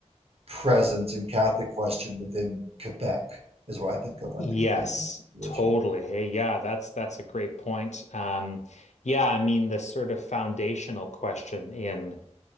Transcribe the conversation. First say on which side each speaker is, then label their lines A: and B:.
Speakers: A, on the right (about 55°); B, on the left (about 75°).
A: presence and Catholic question within Quebec is what I think of when
B: Yes,
A: I think of Canadian religion.
B: totally. Hey, yeah, that's that's a great point. Um, yeah, I mean the sort of foundational question in